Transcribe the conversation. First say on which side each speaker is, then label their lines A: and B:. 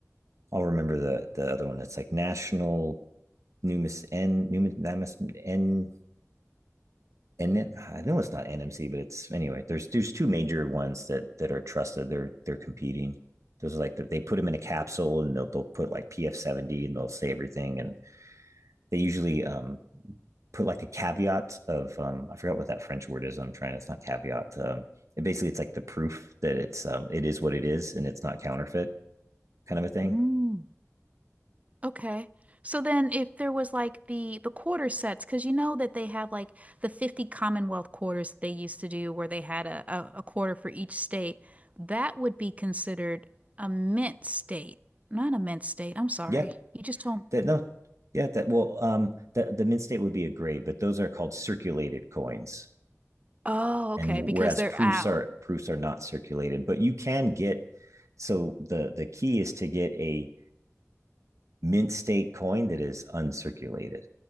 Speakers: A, on the right; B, on the right.
A: I'll remember the the other one that's like national numis N numis N and it- I know it's not NMC, but it's anyway. There's there's two major ones that that are trusted. They're they're competing. Those are like the, they put them in a capsule and they'll they'll put like PF seventy and they'll say everything and they usually um put like a caveat of um I forgot what that French word is. I'm trying. It's not caveat. Um, it basically it's like the proof that it's um it is what it is and it's not counterfeit kind of a thing.
B: Hmm. Okay. So then if there was like the the quarter sets, because you know that they have like the 50 Commonwealth quarters that they used to do where they had a, a, a quarter for each state, that would be considered a mint state. Not a mint state. I'm sorry.
A: Yeah.
B: You just told
A: That no. Yeah. That well um The the mint state would be a grade, but those are called circulated coins
B: Oh, okay,
A: and
B: because
A: whereas
B: they're
A: proofs
B: out.
A: are proofs are not circulated but you can get so the the key is to get a mint state coin that is uncirculated